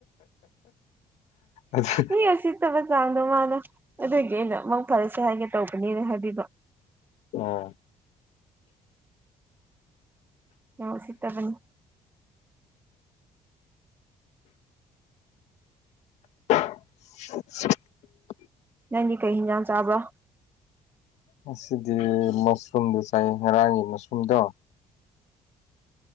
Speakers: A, on the left; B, on the right.
A: ꯑꯗꯨ
B: ꯃꯤ ꯎꯁꯤꯠꯇꯕ ꯆꯥꯡꯗꯣ ꯃꯥꯅꯦ ꯑꯗꯨꯒꯤ ꯑꯩꯅ ꯑꯃꯨꯛ ꯐꯔꯁꯦ ꯍꯥꯏꯒꯦ ꯇꯧꯕꯅꯦꯅ ꯍꯥꯏꯕꯤꯕ
A: ꯑꯣ
B: ꯅꯣ ꯎꯁꯤꯠꯇꯕꯅꯤ
A: <inaudible>
B: ꯅꯪꯗꯤ ꯀꯩ ꯏꯟꯖꯥꯡ ꯆꯥꯕ꯭ꯔꯣ
A: ꯉꯁꯤꯗꯤ ꯃꯁ꯭ꯔꯨꯝꯗꯨ ꯆꯥꯏ ꯉꯔꯥꯡꯒꯤ ꯃꯁ꯭ꯔꯨꯝꯗꯣ